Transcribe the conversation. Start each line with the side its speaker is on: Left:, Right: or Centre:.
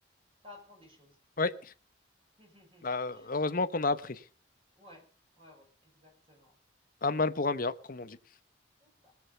Right: ça apprend des choses.
Left: Ouais,
Right: <laughs>
Left: bah, heureusement qu'on a appris.
Right: Ouais, ouais, ouais, exactement.
Left: Un mal pour un bien, comme on dit.
Right: C'est ça.